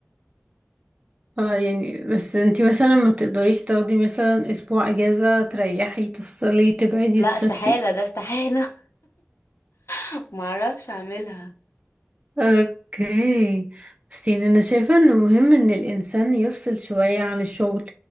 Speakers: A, on the right; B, on the left.
A: اه يعني بس انتي مثلا ما تقدريش تاخدي مثلا اسبوع اجازة تريحي تفصلي تبعدي
B: لا
A: تسافري
B: استحالة ده استحالة <laughs> معرفش اعملها
A: اوكي بس يعني انا شايفة انه مهم ان الانسان يفصل شوية عن الشغل